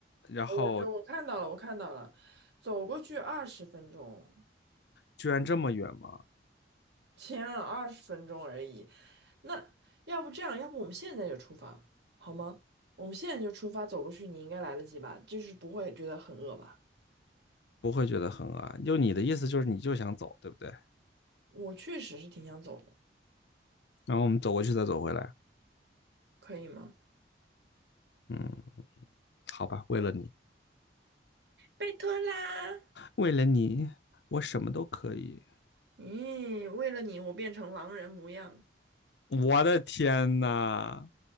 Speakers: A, on the left (about 70°); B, on the right (about 65°).
A: 然后。
B: 哦我这我看到了，我看到了，走过去二十分钟，
A: 居然这么远吗？
B: 前啊二十分钟而已。那要不这样，要不我们现在就出发，好吗？我们现在就出发，走过去你应该来得及吧？就是不会觉得很饿吧？
A: 不会觉得很恶心就你的意思就是你就想走，对不对？
B: 我确实是挺想走的，
A: 然后我们走过去再走回来，
B: 可以吗？
A: 嗯，好吧，为了你，
B: 拜托啦！
A: 为了你，我什么都可以。
B: 咦，为了你，我变成狼人模样。
A: 我的天呐，